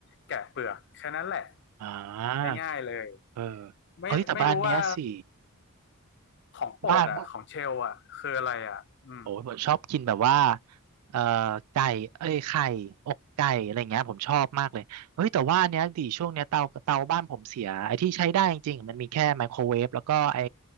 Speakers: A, on the left; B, on the right.
A: แกะเปลือก แค่นั้นแหละ
B: อ่า
A: ง่ายๆเลย
B: เออ
A: ไม่ไม่รู้ว่า
B: เอ้ยแต่บ้านเนี้ยสิ
A: ของโปรดอ่ะของเชลอ่ะคืออะไรอ่ะอืม
B: บ้าน โอ้ยผมชอบกินแบบว่าเอ่อไก่เอ้ยไข่อกไก่อะไรเงี้ยผมชอบมากเลยเฮ้ยแต่ว่าอันเนี้ยดิช่วงเนี้ยเตาเตาบ้านผมเสียไอ้ที่ใช้ได้จริงๆมันมีแค่ไมโครเวฟแล้วก็ไอ้